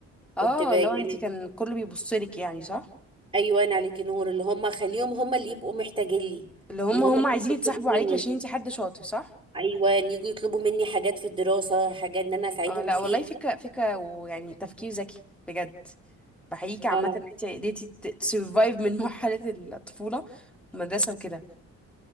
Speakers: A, on the right (about 20°); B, in the centre.
A: كنت
B: اه
A: ب... يعني
B: لو انتي كان كله بيبصلك يعني صح
A: ايوه انا عليكي نور اللي هم خليهم هم اللي يبقوا محتاجين لي
B: اللي هم
A: ان هم
B: هم
A: اللي
B: عايزين
A: يطلبوا
B: يتصاحبوا
A: مني
B: عليكي عشان انتي حد شاطر صح
A: ايوه إن يجوا يطلبوا مني حاجات في الدراسه حاجات ان انا اساعدهم
B: اه لا
A: فيها
B: والله فكرة فكرة ويعني تفكير ذكي بجد بحييكي عامة
A: اه
B: ان انتي قدرتي تسرفايف من <laughs> مرحلة الطفولة المدرسة وكده